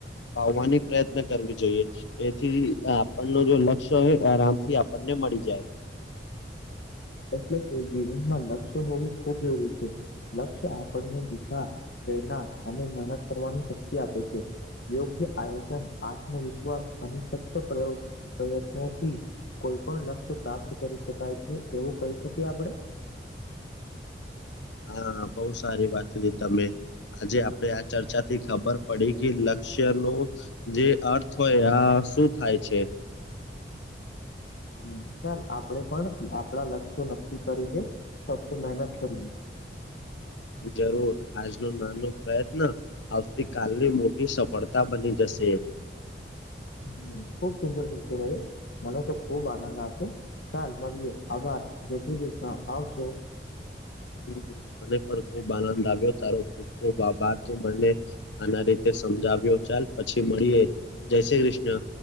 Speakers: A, on the left; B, on the left.
A: ફાવવાની પ્રયત્ન કરવી જોઈએ તેથી આપણ ન જો લક્ષ્ય હોય આરામ થી આપણને મળી જાય
B: એટલે કે જીવનમાં લક્ષ્ય હોવું ખૂબ એવું છે લક્ષ્ય આપણને દિશા પ્રેરણા અને મહેનત કરવાની શક્તિ આપે છે યોગ્ય આયોજન આત્મવિશ્વાસ અને સ પ્રયત્નોથી કોઈ પણ લક્ષ્ય પ્રાપ્ત કરી શકાય છે એવું કહી શકીએ આપડે
A: હા બહુ સારી વાત હતી તમે આજે આપડે આ ચર્ચા થી ખબર પડી કે લક્ષ્ય નું જે અર્થ હોય આ શું થાય છે
B: હ ચાલ આપણેે પણ આપણા લક્ષ્યો નક્કી કરી દે સતથી મહેનત કરીએ
A: જરૂર આજનો નાનો પ્રયત્ન આવતી કલની મોટી સફળતા બની જશે
B: હ ખુબ સુંદર સસર છે મને તો ખુબ આનંદ આવ ચાલ મળીએ આભાર જય શ્રી કૃષ્ણ આવજો
A: હ મને પણ ખુબ આનંદ આવ્યો તારો ખબ ખૂબ આભાર મને આના રીતે સમજાવ્યો ચાલ પછી મળીએ જય શ્રી કૃષ્ણ